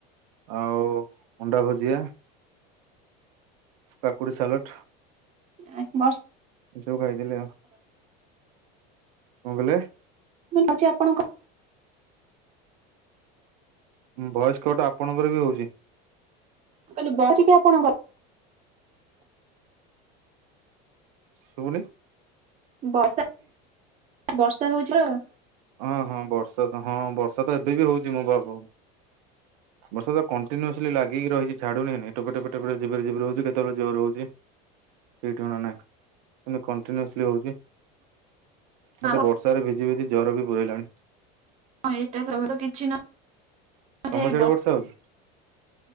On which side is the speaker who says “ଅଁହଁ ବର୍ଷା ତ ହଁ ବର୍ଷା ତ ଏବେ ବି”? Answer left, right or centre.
Right